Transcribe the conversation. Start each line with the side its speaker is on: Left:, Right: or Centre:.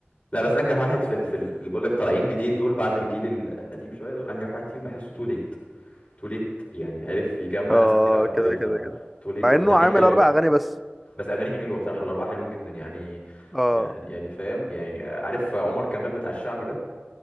Left: لا بس انجح واحد في ال... في ال... اللي بقول لك طالعين جديد دول بعد الجيل القديم شويه دول انجح واحد فيهم بحسه تو ليت تو ليت يعني عرف يجمع
Centre: اه
Left: ناس كتير قوي حواليه
Centre: كده
Left: بصراحه
Centre: كده كده
Left: تو ليت
Centre: مع
Left: واغانيه
Centre: انه عامل
Left: حلوه
Centre: اربع اغاني بس
Left: بس اغانيه حلوه بصراحه الاربعه حلوين جدا يعني
Centre: اه
Left: يعني يعني فاهم يعني عارف عمر كمال بتاع الشعبي ده